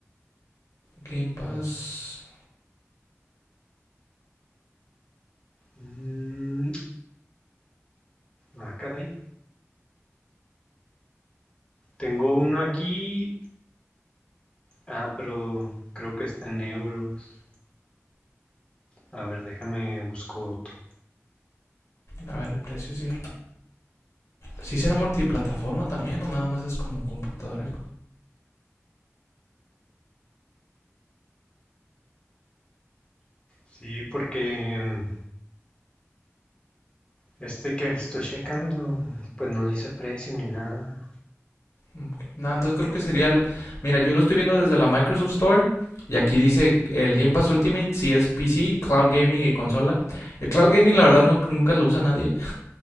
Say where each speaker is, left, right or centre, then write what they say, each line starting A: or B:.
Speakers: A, on the left; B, on the left.
A: Game Pass.
B: A Mm, ah, caray. Tengo uno aquí. Ah, pero creo que está en euros. A ver, déjame busco otro.
A: A ver, el precio sí. ¿Sí será multiplataforma también o nada más es como computadora? y
B: Sí, porque mm, este que estoy checando, pues no dice precio ni nada.
A: Ok. Nada, entonces creo que sería. el- Mira, yo lo estoy viendo desde la Microsoft Store. Y aquí dice el Game Pass Ultimate, sí es PC, Cloud Gaming y consola. El Cloud Gaming, la verdad, no, nunca lo usa nadie.